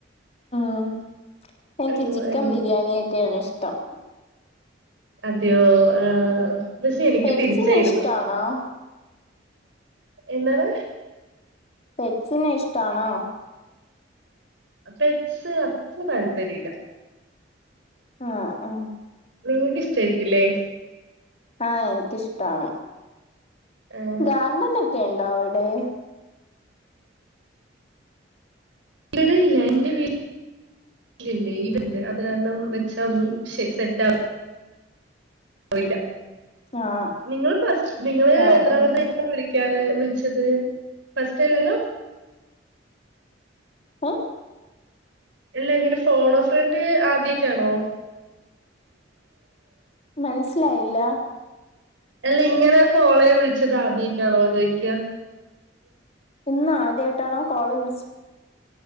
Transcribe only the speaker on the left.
ഉം എനിക്ക്
ചിക്കൻ ബിരിയാണി ഒക്കെയണിഷ്ടം.
പെറ്റ്സിനെ
ഇഷ്ടാണോ
<unintelligible> ഇഷ്ടാണോ?
ആ ആ
ആ എനിക്കിഷ്ടാണ്
ഗാർഡനൊക്കെ ണ്ടോ അവിടെ?
ആഹ്
ആഹ്
ആഹ്
ഓ
മനസ്സിലായില്ല
ഇന്ന് ആദ്യായിട്ടാണോ കോള് വിളിച്